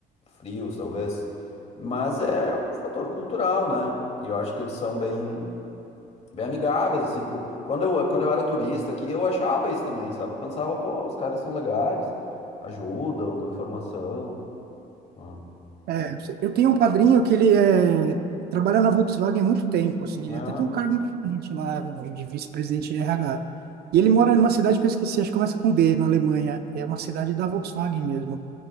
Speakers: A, on the left; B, on the right.
A: frios, talvez. Mas é um fator cultural, né? E eu acho que eles são bem, bem amigáveis, assim, com... Quando eu, quando eu era turista aqui, eu achava isso também, sabe? Eu pensava, pô, os caras são legais, ajudam, dão informação. Ah,
B: É, eu tenho um padrinho que ele é, trabalha na Volkswagen há muito tempo, assim,
A: ah,
B: ele até tem um cargo importante lá de vice-presidente de RH. E ele mora numa cidade que eu esqueci, acho que começa com B, na Alemanha. É uma cidade da Volkswagen mesmo.